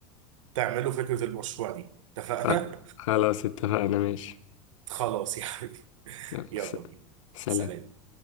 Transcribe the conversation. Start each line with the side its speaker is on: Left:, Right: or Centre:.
Right: تعملوا فكره المشروع دي اتفقنا
Left: خ- خلاص اتفقنا ماشي
Right: <laughs> خلاص يا حبيبي
Left: يلا
Right: يلا
Left: س-
Right: بينا
Left: سلام
Right: سلام